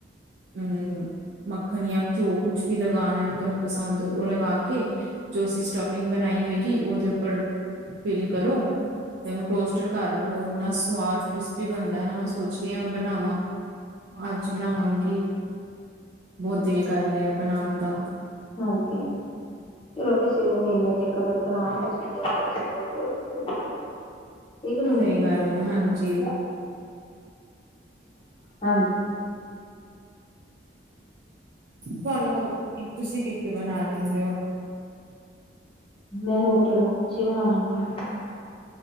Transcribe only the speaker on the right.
ਹੂੰ, ਮੱਖਣ ਯਾਂ ਘਿਓ ਕੁਛ ਵੀ ਲਗਾ ਲੈਣ। ਤੁਹਾਨੂੰ ਪਸੰਦ ਏ, ਉਹ ਲਗਾ ਕੇ, ਜੋ ਅਸੀ ਸਟਫਿੰਗ ਬਣਾਈ ਹੋਏਗੀ ਉਹਦੇ ਉੱਪਰ ਫਿਲ ਕਰੋ ਤੇ ਉਹਨੂੰ ਟੋਸਟਰ ਕਰ ਲੋ। ਇੰਨਾ ਸਵਾਦ ਕ੍ਰਿਸਪੀ ਬਣਦਾ ਐ ਨਾ ਮੈਂ ਸੋਚ ਰਹੀ ਆਂ ਬਣਾਵਾਂ, ਅੱਜ ਬਣਾਵਾਂਗੀ। ਬਹੁਤ ਦਿਲ ਕ ਕਰ ਗਿਆ ਬਣਾਣ ਦਾ।
ਸਹੀ ਗੱਲ ਹੈ,
ਹਾਂਜੀ।
ਤੁਹਾਨੂੰ ਤੁਸੀਂ ਕੀ-ਕੀ ਬਣਾ ਲੈਂਦੇ ਹੋ?
ਹੋਰ